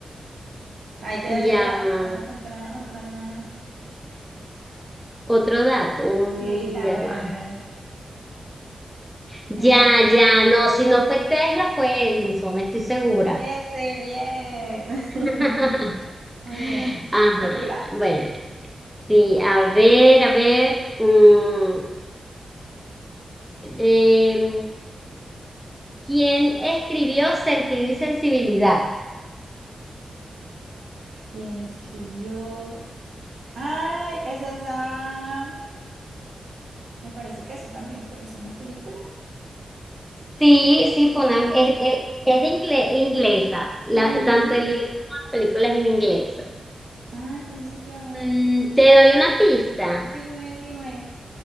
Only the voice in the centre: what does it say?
Ya
va.
Otro dato, un-
ya
va. Ya,
ya, no, si no fue Tesla, fue Edison, estoy segura.
<laughs>
Ajá,
bueno, sí, a ver, a ver. mm, em, ¿quién escribió Sentido y Sensibilidad?
Sí, sí, fue
una, es,
es, es de ingle- inglesa, la,
tanto el libro como la película es en inglés.
Mm,
te doy una pista.